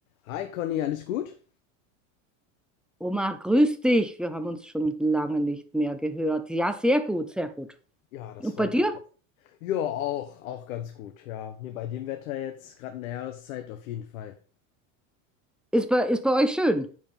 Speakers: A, on the left; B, in the centre.
A: Hi Conny, alles gut?
B: Oma, grüß dich. Wir haben uns schon lange nicht mehr gehört. Ja, sehr gut, sehr gut.
A: Ja, das
B: Und
A: freut
B: bei dir?
A: mich. Ja, auch, auch ganz gut, ja. Nee, bei dem Wetter jetzt, gerade in der Jahreszeit, auf jeden Fall.
B: Ist bei, ist bei euch schön?